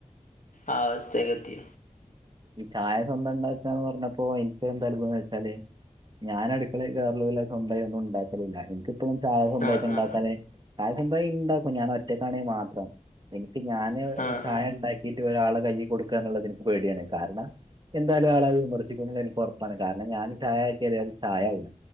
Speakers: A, on the left; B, on the right.
A: ആ അവസ്ഥയിലെത്തി
B: ഈ ചായ സ്വന്തംണ്ടാക്കാന്ന് പറഞ്ഞ അപ്പൊ എനിക്ക് എന്ത അനുഭവം എന്ന് വെച്ചാല് ഞാനടുക്കളെ കേറെലുല്ല സ്വന്തായി ഒന്നും ഉണ്ടാക്കലുല്ല ഇനിക്ക് ഇപ്പോ ചായ സ്വന്തായിട്ട്
A: ആ
B: ഇണ്ടാക്കാന്
A: ആ
B: ചായ സ്വന്തായി ഇണ്ടാക്കും ഞാനൊറ്റക്കാണേ മാത്രം. എനിക്ക് ഞാൻ
A: ആ
B: ചായ
A: ആ
B: ഉണ്ടാക്കിട്ട് ഒരാള്ടെ കയ്യി കൊടുക്ക എന്നുള്ളത് എനിക്ക് പേടിയാണ് കാരണം എന്തായാലും ആളത് വിമർശിക്കും എനിക്ക് ഉറപ്പാണ് കാരണം ഞാൻ ചായ ആക്കിയാല് അത് ചായാവില്ല